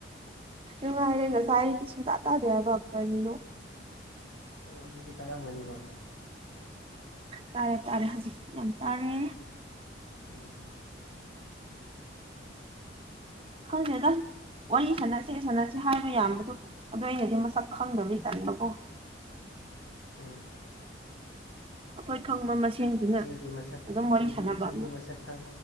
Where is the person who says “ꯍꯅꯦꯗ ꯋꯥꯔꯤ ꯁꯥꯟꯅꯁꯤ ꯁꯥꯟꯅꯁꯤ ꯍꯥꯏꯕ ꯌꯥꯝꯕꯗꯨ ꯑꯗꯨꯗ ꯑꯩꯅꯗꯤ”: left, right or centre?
Right